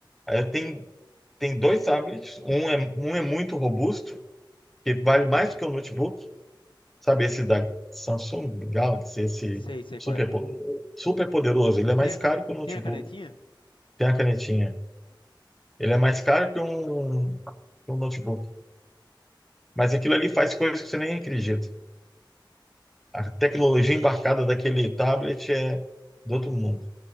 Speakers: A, in the centre; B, on the left.
A: Aí eu tenho tem dois tablets, um é, um é muito robusto, que vale mais do que um notebook, sabe? Esse da Samsung Galaxy, esse
B: Sei, sei
A: super,
B: qual é.
A: po- super poderoso, ele é mais
B: Tem a
A: caro
B: cane-
A: que um notebook,
B: tem a canetinha?
A: tem a canetinha. Ele é mais caro que um, que um notebook. Mas aquilo ali faz coisas que você nem acredita. A tecnologia embarcada daquele tablet é do outro mundo.